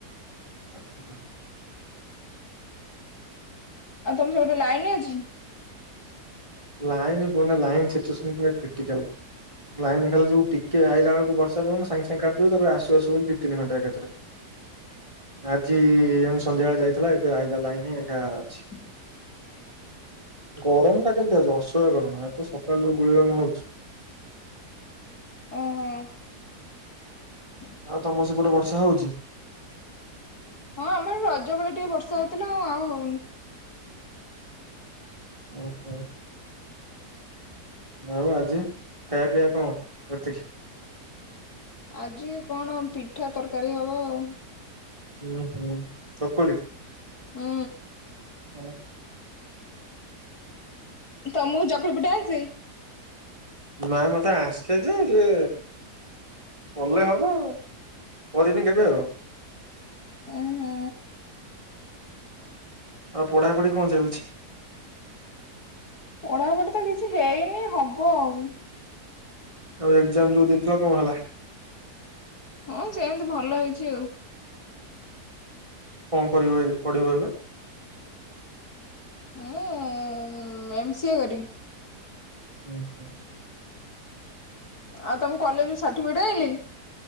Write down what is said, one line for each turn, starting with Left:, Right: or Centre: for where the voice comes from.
Right: ଆଚଛା <inaudible>
Left: ଆଉ ତମ ସେପଟେ ଲାଇନ୍ ଅଛି?
Right: ଲାଇନ୍ କୁହନା, ଲାଇନ୍ ସିଚୁଏସନ ପୁରା କ୍ରିଟିକାଲ। ଲାଇନ୍ ଖାଲି ଯୋଉ ଟିକେ ଆଇଲା ବେଳକୁ ବର୍ଷା ପବନ, ସାଙ୍ଗ ସାଙ୍ଗ କାଟି ଦଉଛି, ତାପରେ ଆସୁ ଆସୁ ବୋଲି ଦି ତିିନି ଘଣ୍ଟା ଏକାଥରେ। ଆଜି ଏମତି ସନ୍ଧ୍ୟାବେଳେ ଯାଇଥିଲା ଏବେ ଆଇଲା ଲାଇନି ହେଇକା ଅଛି।
Left: ହ
Right: ଗରମଟା କେମିତି ଆଉଛି ଅସହ୍ୟ ଗରମ। ଏ ତ ସକାଳୁ ଯୋଉ ଗୁଳି ଗରମ ହଉଛି
Left: ଓହୋ। ହୁଁ
Right: ଆଉ ତମର ସେପଟେ ବର୍ଷା ହଉଛି?
Left: ହଁ ଆମର ଏପଟେ ରଜ ବେଳେ ଟିକେ ବର୍ଷା ହଉଥିଲା ଆଉ ଆଉ ହଉନି।
Right: ଓହୋ। ଆଉ ଆଜି, ଖାଇଆ ପିଇଆ କଣ ରାତିକି?
Left: ଆଜି କଣ ପିଠା, ତରକାରୀ ହବ ଆଉ।
Right: ହୁଁ ହୁଁ, ଚକୁଳି?
Left: ହୁଁ।
Right: ହଁ।
Left: ତମକୁ ଚକୁଳି ପିଠା ଆସେଇ?
Right: ନା ମତେ ଆସେ ଯେ ସେ କଲେ ହବ, କରିନି କେବେ ଆଉ।
Left: ଉଁ ହୁଁ।
Right: ଆଉ ପଢାପଢି କଣ ଚାଲିଛି?
Left: ପଢାପଢି ତ କିଛି ହେଇନି, ହବ ଆଉ।
Right: ଆଉ ଏକ୍ଜାମ ଯୋଉ ଦେଇଥିଲ, କଣ ହେଲା?
Left: ହଁ ସେମତି ଭଲ ହେଇଛି ଆଉ।
Right: କଣ କରିବ ଏ ପଢିବ ଏବେ?
Left: ମୁଁ ଉମ୍ ଏମ ସି ଏ କରିବି।
Right: ଉଁ ହୁଁ।
Left: ଆଉ ତମ କଲେଜରୁ ସାର୍ଟିଫିକେଟ୍ ଆଇଁଲେଇ?